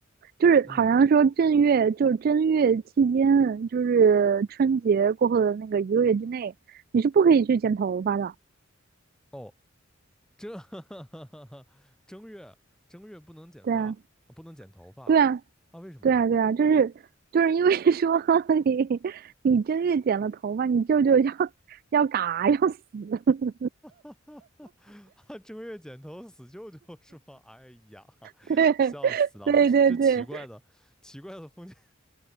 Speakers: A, on the right (about 45°); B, in the centre.
A: 就是好像说正月，
B: 嗯
A: 就是正月期间，就是春节过后的那个一个月之内，你是不可以去剪头发的。
B: 哦。正 <laughs> 正月正月不能剪发，
A: 对啊，
B: 啊不能剪头发
A: 对啊，
B: 啊？为什么呢？
A: 对啊，对啊，就是就是因为 <laughs> 说你你正月剪了头发，你舅舅要要嘎要死。<laughs>
B: <laughs> 啊，正月剪头死舅舅是吗？哎呀，<laughs>
A: 对，
B: 笑死了！
A: 对对对。
B: 这奇怪的奇怪的封建，